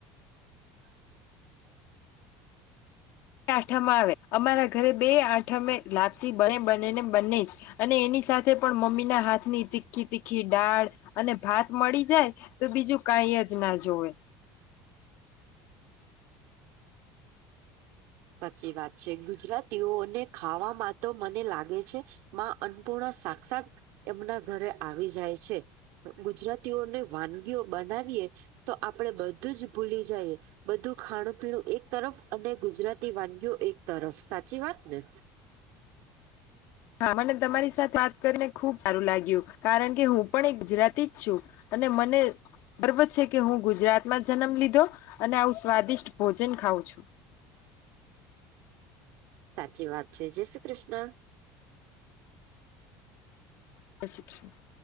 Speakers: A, on the right; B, on the left.
A: <inaudible>
B: આઠમ આવે અમારા ઘરે બે આઠમે લાપસી બને બને ને બને જ. અને એની સાથે પણ મમ્મીના હાથની તીખી તીખી ડાળ અને ભાત મળી જાય તો બીજું કઈ જ ના જોવે.
A: સાચી વાત છે ગુજરાતીઓને ખાવામાં તો મને લાગે છે. માં અન્નપૂર્ણા સાક્ષાત એમના ઘરે આવી જાય છે. ગુજરાતીઓને વાનગીઓ બનાવીએ તો આપણે બધું જ ભૂલી જઈએ બધું ખાણું પીણું એક તરફ અને ગુજરાતી વાનગી એક તરફ સાચી વાત ને
B: હા મને તમારી સાથે વાત કરીને ખુબ સારું લાગ્યું કારણ કે હું પણ એક ગુજરાતી જ છું. અને મને ગર્વ છે કે હું ગુજરાતમાં જન્મ લીધો અને આવું સ્વાદિષ્ટ ભોજન ખાઉં છું.
A: સાચી વાત છે જય શ્રી કૃષ્ણ.
B: <unintelligible>